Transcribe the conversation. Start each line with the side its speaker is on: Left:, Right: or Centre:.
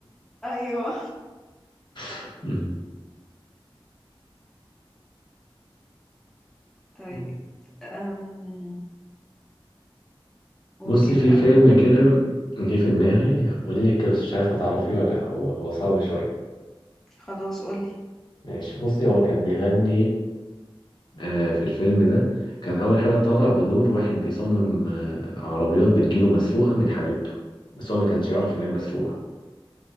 Centre: ايوه
Left: <laughs>
Centre: طيب
Left: مم.
Centre: أم ممكن
Left: بص في
Centre: اقول
Left: فيلم كده جه في دماغي اقول لك بس مش عارف هتعرفيه ولا لأ، هو هو صعب شويه
Centre: خلاص قولي
Left: ماشي بصي هو كان بيغني آه، في الفيلم ده كان اول حاجه طالع بدور واحد بيصمم آه، عربيات بتجيله مسروقه من حبيبته بس هو ما كانش يعرف
Centre: أم،
Left: ان هي مسروقه